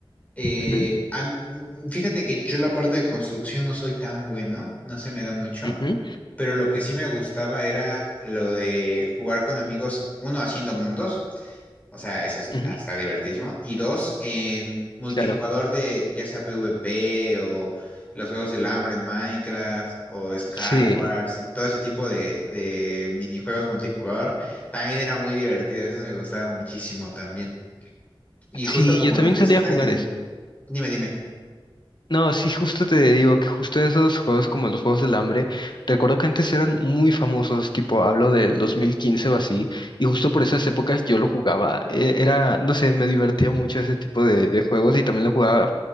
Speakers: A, on the left; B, on the left.
A: Eh,
B: Ujú,
A: a m- m- fíjate que yo la parte de construcción no soy tan bueno, no se me da mucho,
B: ujú,
A: pero lo que sí me gustaba era lo de jugar con amigos, uno haciendo mundos, o sea, eso es-
B: ujú,
A: está divertísimo, y dos, en multijugador
B: Claro.
A: de ya sea PvP o los juegos del hambre en Minecraft o Skywars
B: Sí.
A: y todo ese tipo de, de minijuegos multijugador, también era muy divertido, esos me gustaban muchísimo también. Y
B: Sí,
A: justo como
B: yo también
A: dices,
B: solía jugar
A: ah, dime, dime,
B: eso.
A: dime, dime.
B: No, sí, justo te digo que justo esos juegos como los Juegos del Hambre, recuerdo que antes eran muy famosos, tipo, hablo del 2015 o así, y justo por esas épocas yo lo jugaba. Eh, Era, no sé, me divertía mucho ese tipo de, de juegos y también lo jugaba